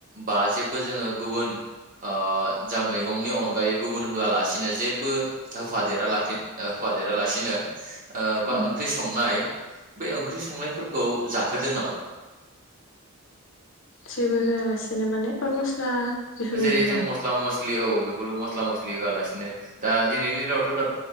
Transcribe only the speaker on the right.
बा जेब बो जोङो गुबुन ओ जा मैगंनि अनगायै गुबुन होआलासिनो जेबो होफादेरालाफि होफादेरा लासिनो ओ बाओंख्रि
संनाय बे ओंख्रि संनायफोरखौ जाफेरदों नामा?
जेरै जों
मस्ला मस्लि औ। बेफोरो मस्ला मस्लि होआलासिनो दा दिनैनि दिनावथ' दा